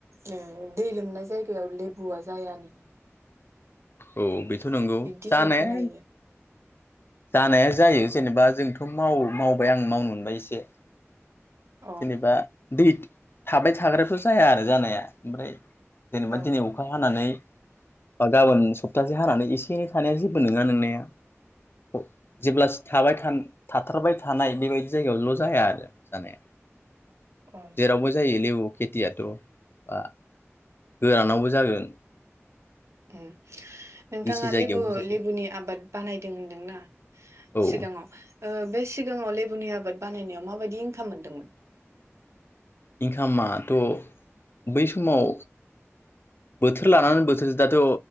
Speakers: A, on the right; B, on the left.
A: ओ दै लोमनाय जायगायाव लेबुआ जायानो
B: औ बि थ' नोंगौ
A: बिब्दि होननाय
B: जानाया
A: खोनायो
B: जानाया जायो जेनेबा जोंथ' माव मावबाय आं मावनो मोनबाय एसे
A: औ
B: जेनेबा दै थाबाय थाग्रायावथ जाया आरो जानाया ओमफ्राय जेनेबा
A: अ
B: दिनै अखा हानानै बा गाबोन सप्तासे हानानै एसे से थानाया जेबो नङा नोंनाया अ जेब्ला थाबाय था थाथारबाय थानाय बेबायदि जायगायावल' जाया आरो जानाया
A: उम
B: जेरावबो जायो लेबु खेथियाथ' बा गोरानावबो जागोन
A: ओ नोंथाङा
B: गिसि जायगायावबो
A: लेबु
B: जागोन
A: लेबुनि आबाद बानायदों होनदोंना
B: औ
A: सिगाङाव ओ बे सिगाङाव लेबुनि आबाद बाना नायाव माबायदि इनकाम मोनदोंमोन?
B: इनकामआ थ' बै समाव बोथोर लाना बोथोर दाथ'